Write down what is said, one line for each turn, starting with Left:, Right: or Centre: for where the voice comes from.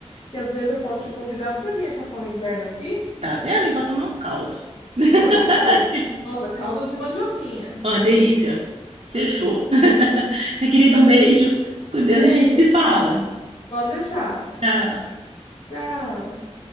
Left: que às vezes eu posso te convidar para você vir passar o inverno aqui.
Right: Tá vendo? E vou tomar um caldo. <laughs>
Left: Tomar um caldo. Nossa, caldo de mandioquinha.
Right: Uma delícia. Fechou. <laughs> Minha querida, um beijo. Com
Left: Bem,
Right: Deus a gente se fala.
Left: pode deixar.
Right: Tchau.
Left: Tchau.